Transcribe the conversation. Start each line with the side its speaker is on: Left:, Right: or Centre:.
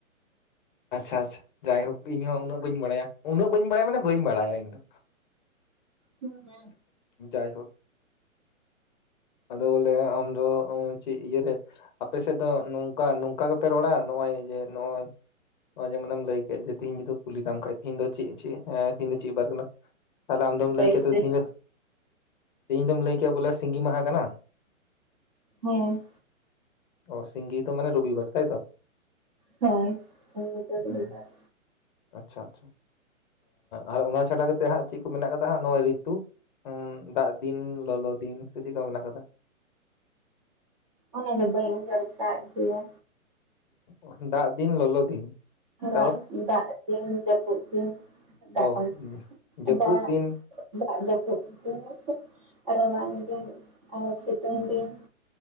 Left: ᱟᱪᱪᱷᱟ ᱟᱪᱪᱷᱟ ᱡᱟᱭᱦᱳᱠ ᱤᱧᱦᱚᱸ ᱩᱱᱟᱹᱜ ᱵᱟᱹᱧ ᱵᱟᱲᱟᱭᱟ ᱩᱱᱟᱹᱜ ᱵᱟᱹᱧ ᱵᱟᱲᱟᱭᱟ ᱢᱟᱱᱮ ᱵᱟᱹᱧ ᱵᱟᱲᱟ ᱤᱧ ᱫᱚ
Right: ᱦᱮᱸ ᱦᱮᱸ
Left: ᱡᱟᱭᱦᱳᱠ ᱟᱫᱚ ᱵᱚᱞᱮ ᱟᱢ ᱫᱚ ᱩᱸᱻ ᱪᱮᱫ ᱤᱭᱟᱹᱨᱮ ᱟᱯᱮ ᱥᱮᱫ ᱫᱚ ᱱᱚ ᱱᱚᱝᱠᱟ ᱱᱚᱝᱠᱟ ᱜᱮᱯᱮ ᱨᱚᱲᱟ ᱱᱚᱜ-ᱚᱭ ᱡᱮ ᱱᱚᱜᱼᱚᱭ ᱡᱮᱢᱮᱢ ᱞᱟᱹᱭ ᱛᱮᱦᱤᱧ ᱡᱩᱫᱤ ᱠᱩᱞᱤᱠᱟᱢ ᱠᱷᱟᱡ ᱛᱮᱦᱮᱧ ᱫᱚ ᱪᱮᱫ ᱪᱮᱫ ᱛᱤᱦᱤᱧ ᱫᱚ ᱪᱮᱫ ᱵᱟᱨ ᱠᱟᱱᱟ ᱛᱟᱦᱞᱮ ᱟᱢ ᱫᱚᱢ
Right: ᱵᱟᱹᱭᱥᱟᱹᱠᱷ
Left: ᱞᱟᱹᱭ ᱠᱮᱭᱟ ᱛᱚ ᱛᱤᱦᱤᱧ ᱫᱚᱢ ᱞᱟᱹᱭ ᱠᱮᱭᱟ ᱵᱚᱞᱮ ᱥᱤᱸᱜᱤ ᱢᱟᱦᱟ ᱠᱟᱱᱟ
Right: ᱦᱮᱸ
Left: ᱚ ᱥᱤᱸᱜᱤ ᱫᱚ ᱢᱟᱱᱮ ᱨᱚᱵᱤ ᱵᱟᱨ ᱛᱟᱭ ᱛᱚ
Right: ᱦᱳᱭ ᱥᱤᱸᱜᱤ ᱫᱚ ᱨᱚᱵᱤᱵᱟᱨ
Left: ᱦᱩᱸ ᱟᱪᱪᱷᱟ ᱟᱪᱪᱷᱟ ᱟᱨ ᱚᱱᱟ ᱪᱷᱟᱰᱟ ᱠᱟᱛᱮᱫ ᱦᱟᱸᱜ ᱪᱮᱫ ᱠᱚ ᱢᱮᱱᱟᱜ ᱠᱟᱫᱟ ᱦᱟᱸᱜ ᱱᱚᱜᱼᱚᱭ ᱨᱤᱛᱩ ᱨᱤᱛᱩ ᱫᱟᱜ ᱫᱤᱱ ᱞᱚᱞᱚ ᱫᱤᱱ ᱥᱮ ᱪᱮᱫ ᱞᱮᱠᱟ ᱢᱮᱱᱟᱜ ᱠᱟᱫᱟ
Right: ᱚᱱᱮ ᱫᱚ ᱵᱟᱹᱧ ᱩᱭᱦᱟᱹᱨ ᱠᱟᱜ ᱜᱮᱭᱟ
Left: ᱩᱸ ᱫᱟᱜ ᱫᱤᱱ ᱞᱚᱞᱚ ᱫᱤᱱ
Right: ᱟᱨᱟᱜ,
Left: ᱛᱟᱯᱚᱨᱮ
Right: ᱫᱟᱜ ᱫᱤᱱ ᱡᱟᱹᱯᱩᱫ <inaudible> ᱫᱤᱱ ᱟᱫᱚ
Left: ᱚ
Right: ᱦᱟᱸᱜ
Left: ᱡᱟᱹᱯᱩᱫ
Right: ᱫᱟᱜ
Left: ᱫᱤᱱ
Right: ᱡᱟᱹᱯᱩᱫ ᱠᱚ ᱨᱟᱵᱟᱝ ᱫᱤᱱ ᱟᱨ ᱥᱤᱛᱩᱝ ᱫᱤᱱ